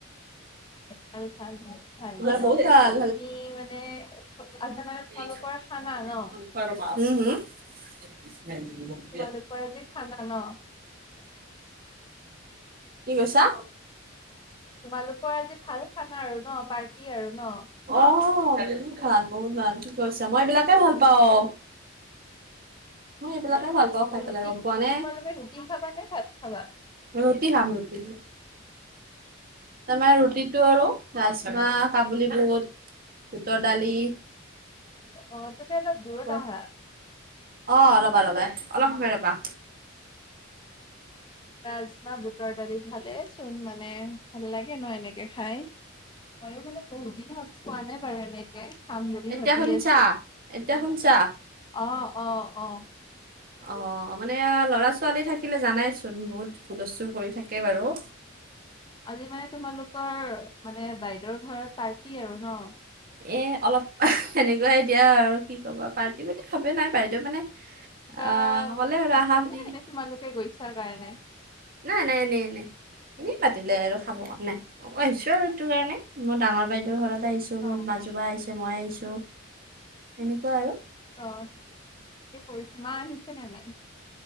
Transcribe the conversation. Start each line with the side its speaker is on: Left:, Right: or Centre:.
Left: ভাল ভাল বহুত ভাল
Right: নাই
Left: দিয়া।
Right: বহুত ভাল,
Left: তুমি মানে? আজি মানে
Right: হুম
Left: তোমালোকৰ খানা ন?
Right: হুম
Left: তোমালোকৰ আজি খানা ন'?
Right: কি কৈছা?
Left: তোমালোকৰ আজি ভাল খানা আৰু ন' পাৰ্টি আৰু ন'।
Right: অ' বহুত ভাল, বহুত ভাল। ঠিক কৰিছে মই এইবিলাকে ভাল পাওঁ। মই এইবিলাকে ভাল পাওঁ খাই
Left: ৰুটি
Right: পেলাই গম পোৱা নে?
Left: তোমালোকে ৰুটি খাবা নে ভাত খাবা
Right: ৰুটি খাম ৰুটি, তাৰমানে
Left: অ
Right: ৰুটিটো আৰু ৰাজমাহ, কাবুলী বুট, বুটৰ দালি
Left: অ তুমি অলপ দূৰত
Right: <unintelligible>
Left: আহা
Right: অ' ৰ'বা ৰ'বা অলপ সময় ৰ'বা।
Left: ৰাজমাহ, বুটৰ দালি খালে চোন মানে ভাল লাগে ন' এনেকে খাই। মইয়ো মানে বহুত দিন হ'ল খোৱা নাই বাৰু এনে তাকে খাম বুলি
Right: এতিয়া
Left: ভাবি
Right: শুনছা?
Left: আছো।
Right: এতিয়া শুনছা?
Left: অ' অ' অ'।
Right: অ' মানে ল'ৰা-ছোৱালী থাকিলে জানাইচোন বহুত হুলস্থুল কৰি থাকে বাৰু।
Left: আজি মানে তোমালোকৰ মানে বাইদেউৰ ঘৰত পাৰ্টি আৰু ন'?
Right: এ অলপ সেনেকুৱাই দিয়া আৰু কি ক'বা পাৰ্টি বুলি ভাবেই নাই বাইদেউ মানে
Left: কিবা
Right: আ ক'লে আৰু
Left: আছে
Right: আহা বুলি।
Left: নে নে তোমালোকে গৈছা কাৰণে
Right: নাই নাই, এনেই এনেই। এনেই মাতিলে আৰু খাব কাৰণে, মই আহিছো আৰু সেইটো কাৰণে। মই ডাঙৰ বাইদেউৰ ঘৰত আহিছো।
Left: অ
Right: মোৰ মাজু বা আহিছে মই আহিছো সেনেকুৱা আৰু।
Left: অ' কৰিছে মা আহিছে নে নাই?